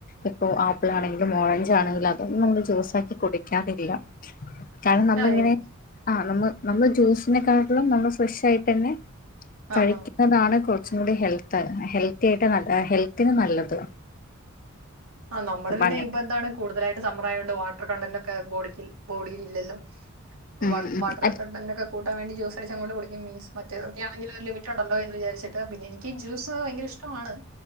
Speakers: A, on the left (about 40°); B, on the right (about 85°).
A: ഇപ്പൊ ആപ്പിളാണെങ്കിലും ഓറഞ്ച് ആണെങ്കിലും അതൊന്നും നമ്മള് ജ്യൂസാക്കി കുടിക്കാതെ ഇല്ല കാരണം നമ്മളിങ്ങനെ
B: ആ എനി
A: ആഹ് നമ്മ് നമ്മ് ജ്യൂസിനെക്കാട്ടിലും നമ്മള് ഫ്രഷ് ആയിട്ടന്നെ കഴിക്കും
B: ആഹാ.
A: അതാണ് കുറച്ചും കൂടി ഹെൽത്ത് ഹെൽത്തി ആയിട്ട് ഹെൽത്തിന് നല്ലത്
B: ആഹ്‌ നമ്മള്
A: അപ്പ
B: പിന്നെ
A: അങ്ങനെ
B: ഇപ്പൊ എന്താണ് കൂടുതലായിട്ട് സമ്മർ ആയോണ്ട് വാട്ടർ കണ്ടന്റോക്കെ ബോഡിക്കിൽ ബോഡില് ഇല്ലല്ലോ
A: ഉം
B: വാ
A: ഉം
B: വാട്ടറ്
A: അല്ല
B: കണ്ടന്റോക്കെ കൂട്ടാൻവേണ്ടി ജ്യൂസ് അടിച്ച് അങ്ങോട്ട് കുടിക്കും മീൻസ് മറ്റേതൊക്കെയാണങ്കില് ഒരു ലിമിറ്റുണ്ടല്ലൊ എന്ന് വിചരിച്ചിട്ട് പിന്നെ എനിക്ക് ജ്യൂസ്‌ ഭയങ്കര ഇഷ്ടമാണ്